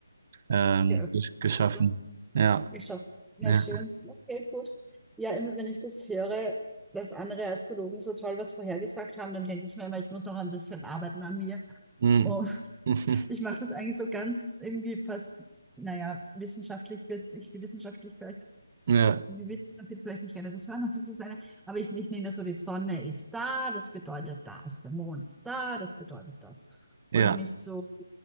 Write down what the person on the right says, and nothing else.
ähm,
gesch- geschaffen.
Ja,
ja.
Hm.
<laughs>
Ja,
ja,